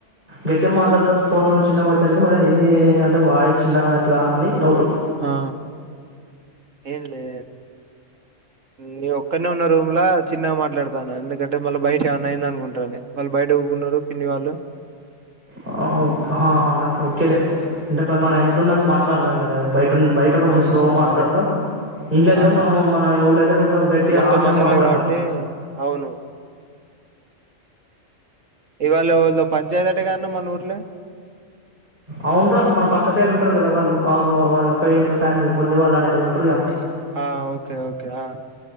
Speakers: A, on the right; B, on the right.
A: గట్టిగ మాట్లాడత ఫోన్ లో చిన్నగా వచ్చారుకి మరి ఏంది అంటే వాయి చిన్నగా అట్లా అని డౌట్
B: ఆ ఏం లే నే ఒక్కన్నే ఉన్న రూమ్ లో చిన్నగా మాట్లాడతాన ఎందుకంటే మళ్ళా బయట ఏమన్న అయింద అనుకుంటాన్నాను మళ్ళీ బయట పునరు పిన్ని వాళ్ళు
A: ఆ ఓ ఓకేలే అంటే మన ఇంట్లో ఉన్నట్టు మాట్లాడం లేరు బయట బయట కొంచెం
B: అవునవును
A: స్లో మాట్లాడతాం
B: అదే
A: ఇంట్లో అయితేనో
B: ఆ
A: మనం మన ఊళ్ళయితే కొంచెం గట్టిగ
B: మొత్తం
A: హార్ష్
B: మనోళ్లే
A: గా మాట్లాడతాం
B: కాబట్టి అవును ఇవాళ వాళ్ళ పంచాయతీ అటగాన్న మన ఊర్లో
A: అవున్రా మన పక్క సైడ్ ఉంటరు కదా వాళ్ళు ఆ వాళ్ళు ఒక ఇంట్లో ఫ్యామిలీ మురళి వాళ్ళు అనేటోళ్లు ఉంటరుగా
B: ఆ ఓకే ఓకే ఆ